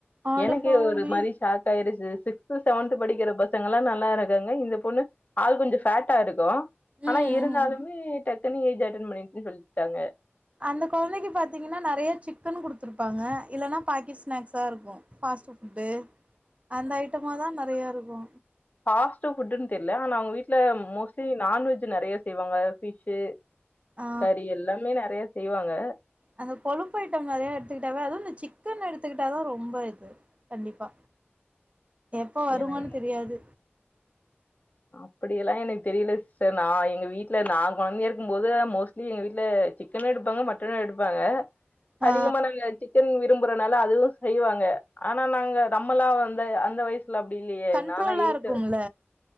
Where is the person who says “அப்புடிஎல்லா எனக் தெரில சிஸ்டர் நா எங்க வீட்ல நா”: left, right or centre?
Left